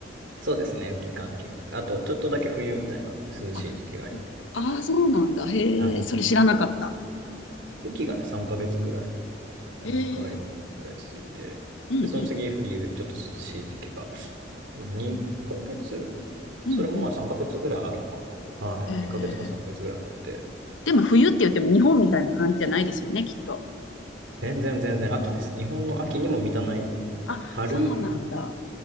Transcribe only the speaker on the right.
そうですね、雨季、寒季。あと、ちょっとだけ冬みたいな涼しい時期があります。
はい。
ちょ、雨季がね、3ヶ月ぐらい、3から4ヶ月ぐらい続いて、
で、その次冬、
ちょっと涼しい時期が、2ヶ月
それもまあ3ヶ月ぐらいあるのかな。
はい。
2ヶ月か3ヶ月ぐらいあって。
全然全然秋です。日本の秋にも満たない
春、